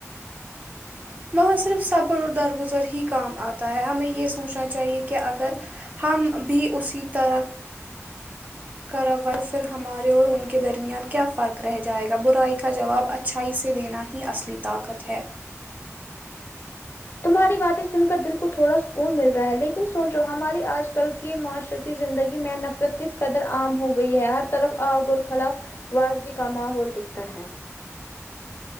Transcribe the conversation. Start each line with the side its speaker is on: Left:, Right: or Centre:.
Right: وہاں صرف صبر و درگزر ہی کام آتا ہے ہمیں یہ سوچنا چاہیے کہ اگر ہم بھی اسی طرح کر پھر ہمارے اور ان کے درمیان کیا فرق رہ جائے گا برائی کا جواب اچھا اچھائی سے دینا ہی اصلی طاقت ہے
Left: تمہاری باتیں سن کر دل کو تھوڑا سکون مل رہا ہے لیکن سونچو ہماری آج کل کی معاشرتی زندگی میں نفرت کس قدر عام ہو گئی ہے ہر طرف آگ اور خلا ورضی کا ماحول دکھتا ہے